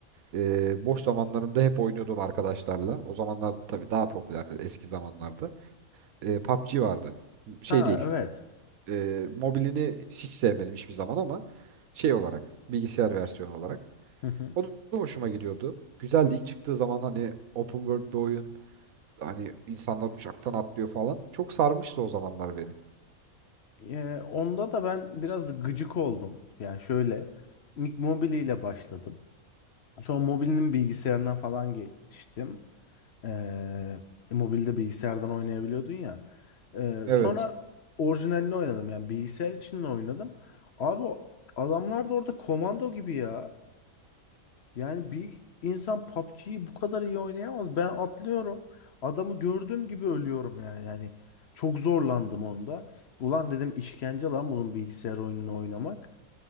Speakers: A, on the right (about 80°); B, on the left (about 55°).
A: Ee, boş zamanlarımda hep oynuyordum arkadaşlarla. O zamanlar tabii daha popülerdi eski zamanlarda. Ee, PUBG vardı. Şey
B: Ha
A: değil.
B: evet.
A: Ee, mobilini hiç sevmedim hiçbir zaman ama şey olarak bilgisayar versiyonu olarak.
B: <laughs>
A: O da hoşuma gidiyordu. Güzeldi. İlk çıktığı zaman hani open world bir oyun. hani insanlar uçaktan atlıyor falan. Çok sarmıştı o zamanlar beni.
B: Ee, onda da ben biraz gıcık oldum. Yani şöyle ilk Mobile ile başladım. Sonra Mobile'nin bilgisayarına falan geçtim. Ee, mobilde bilgisayardan oynayabiliyordun ya. Ee,
A: Evet.
B: sonra orijinalini oynadım yani bilgisayar için de oynadım. Abi o adamlar da orada komando gibi ya. Yani bir insan PUBG'yi bu kadar iyi oynayamaz. Ben atlıyorum. Adamı gördüğüm gibi ölüyorum yani. Yani çok zorlandım onda. Ulan dedim işkence lan bunun bilgisayar oyununu oynamak.